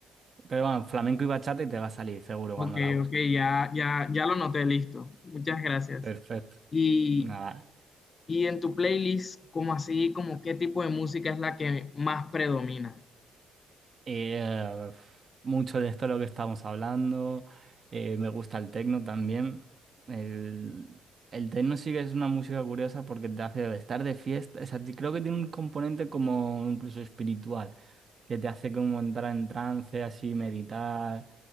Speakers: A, on the right; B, on the left.
A: pero bueno, flamenco y bachata y te va a salir seguro
B: Ok,
A: cuando la busques.
B: ok, ya, ya, ya lo noté, listo. Muchas gracias.
A: Perfecto.
B: Y,
A: Nada.
B: y en tu playlist, ¿cómo así, como qué tipo de música es la que más predomina?
A: Eh, mucho de esto es lo que estamos hablando. Eh, me gusta el techno también. El, el techno sí que es una música curiosa porque te hace estar de fiesta. O sea, ti- creo que tiene un componente como incluso espiritual, que te hace como entrar en trance, así meditar,